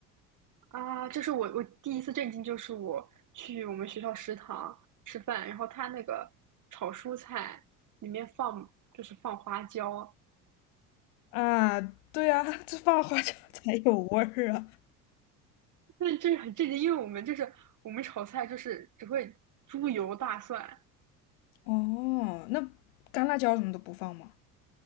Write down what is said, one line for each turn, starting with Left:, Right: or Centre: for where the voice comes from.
Right: 啊！这是我我第一次震惊，就是我去我们学校食堂吃饭，然后他那个炒蔬菜里面放就是放花椒，
Left: 啊。对啊，<laughs> 这放花椒才有味儿啊。
Right: 那这是很震惊，因为我们就是我们炒菜就是只会猪油大蒜，
Left: 哦，那干辣椒什么都不放吗？